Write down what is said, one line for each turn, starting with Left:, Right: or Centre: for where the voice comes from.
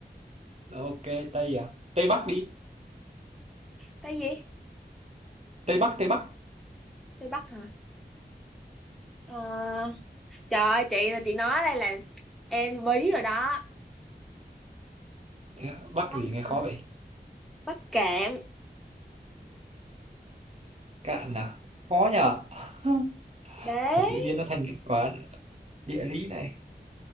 Right: ok ok tây à tây bắc đi
Centre: Tây gì?
Right: tây bắc tây bắc
Centre: Tây Bắc hả? Ờ, trời ơi chị là chị nói đây là em bí rồi đó
Right: Thế á, bắc
Centre: Bắc
Right: gì nghe
Centre: hả?
Right: khó vậy
Centre: Bắc Cạn
Right: cạn à khó nhờ <laughs>
Centre: đấy
Right: sao tự nhiên nó thành cái quả địa lý này